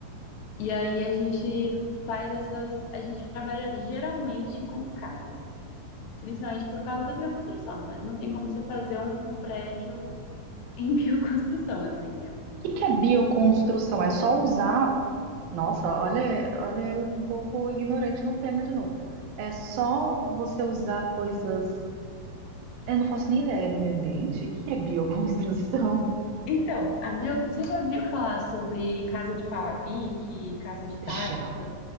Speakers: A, on the left; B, on the right.
A: e aí a gente faz essas. A gente trabalha geralmente com casas, principalmente por causa da bioconstrução, né? Não tem como você fazer um prédio em <laughs> bioconstrução, assim, é muito
B: O que que é bioconstrução? É só usar. Nossa, olha, olha eu um pouco ignorante no tema de novo. É só você usar coisas. Eu não faço nem ideia do meio ambiente. O que é bioconstrução?
A: Então, a bio- você já viu falar sobre casa de pau a pique, casa de taipa?
B: <laughs> Já,